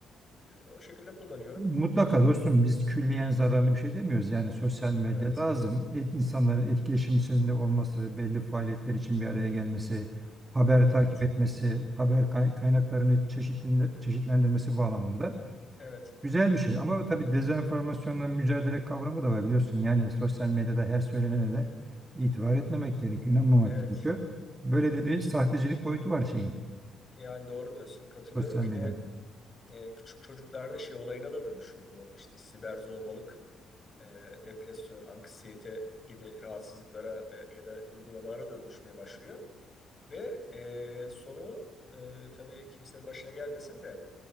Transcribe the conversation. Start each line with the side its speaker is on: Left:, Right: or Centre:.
Left: e, o şekilde kullanıyorum.
Right: Mutlaka dostum biz külliyen zararlı bir şey demiyoruz. Yani sosyal medya
Left: Evet,
Right: lazım. Et, insanların etkileşim içerisinde olması, belli faaliyetler için bir araya gelmesi, haber
Left: evet,
Right: takip etmesi, haber kay- kaynaklarını çeşitlinde, çeşitlendirmesi bağlamında
Left: evet,
Right: güzel bir şey. Ama tabii dezenformasyonla mücadele kavramı da var biliyorsun. Yani sosyal medyada her söylenene de itibar etmemek gerekiyor, inanmamak
Left: evet.
Right: gerekiyor. Böyle de bir sahtecilik boyutu var şeyin,
Left: Yani doğru diyorsun, katılıyorum.
Right: sosyal
Left: Bir
Right: medyanın.
Left: de e, küçük çocuklarda şey olayına da dönüşüyor bu. İşte siber zorbalık, e, depresyon, anksiyete gibi rahatsızlıklara ve, ya da uygulamalara da dönüşmeye başlıyor. Ve e, sonu e, tabii kimsenin başına gelmesin de.